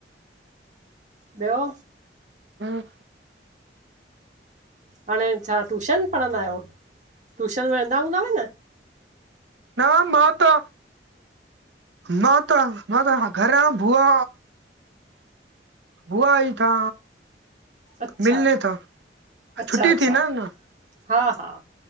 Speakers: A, on the right; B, on the right.
A: ॿियो?
B: हम
A: हाणे छा टूशन पढ़ंदा आयो टूशन वेंदा हूंदव न?
B: न माता माता माता घर भुआ बुआ आई था
A: अच्छा
B: मिलण था
A: अच्छा
B: छुटी
A: अच्छा
B: थी न न
A: हा हा